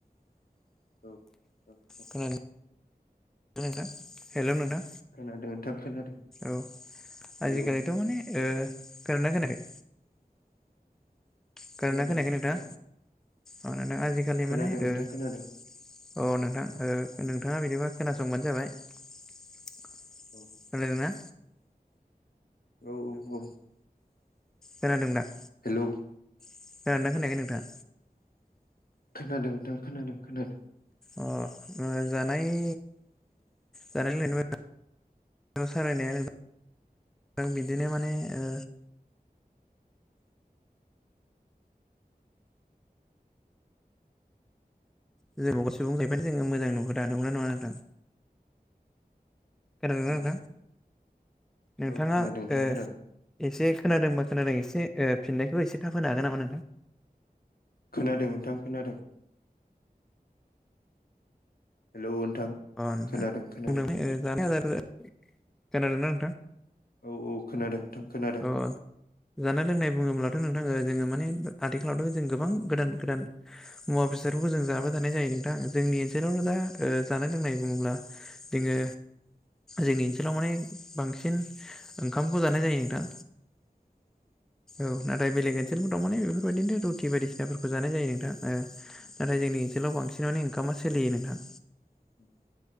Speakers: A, on the left; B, in the centre.
A: औ। औ औ
B: खोनादोंना नोंथां हेल' नोंथां
A: खोनादों नोंथां खोनादों
B: औ
A: हेलौ
B: आजिखालिथ' माने ओ खोनादोंना खोनायाखै? खोनादोंना
A: खोनादों
B: खोनायाखै नोंथाङा
A: खोनादों।
B: अ नोंथां आजिखालि
A: खोनादों
B: माने
A: नोंथां
B: ओ अ
A: खोनादों
B: नोथां ओ। नोंथाङा बिदिबा खोनासंबानो जाबाय रायलायदोंना।
A: औ औ औ औ।
B: खोनादों दा?
A: हेलौ
B: खोनादोंना खोनायाखै नोंथां?
A: खोनादों नोंथां खोनादों खोनादों।
B: अ जानायनि जानाय लोंनायनि <unintelligible> <unintelligible> सालायनाया नोंथां बिदिनो माने ओ <unintelligible> जोङो मोजां नुहुरा नोंगौना नङा नङा नोंथां? खोनादोंना
A: औ
B: नोंथां
A: औ।
B: नोंथाङा
A: औ खोनादों नोंथां
B: ओ
A: खोनादों
B: एसे खोनादोंबा खोनादों एसे ओ फिननायखौ एसे थाब होनो हागोन नामा नोंथां?
A: खोनादों नोंथां खोनादों। हेलौ।
B: अ नोंथां
A: खोनादों खोनादों
B: जानाय आदार खोनादों ना नोंथां?
A: औ औ खोनादों नोंथां खोनादों
B: अ जानाय लोंनाय बुङोब्लाथ' नोंथां जोङो माने आथिखालावथ' जों गोबां गोदान गोदान मुवा बेसादफोरखौ जों जाबाय थानाय जायो नोंथां जोंनि ओनसोलाव दा ओ जानाय लोंनाय बुङोब्ला जोङो जोंनि ओनसोलाव माने बांसिन ओंखामखौ जानाय जायो नोंथां।
A: <inaudible>
B: औ नाथाय बेलेग ओनसोलफोर दं माने बेफोरबायदिनो रुथि बायदिसिनाफोरखौ जानाय जायो नोंथां ओ
A: औ
B: नाथाय जोंनि ओनसोलाव बांसिनानो ओखामा सोलियो नोंथां।
A: <inaudible>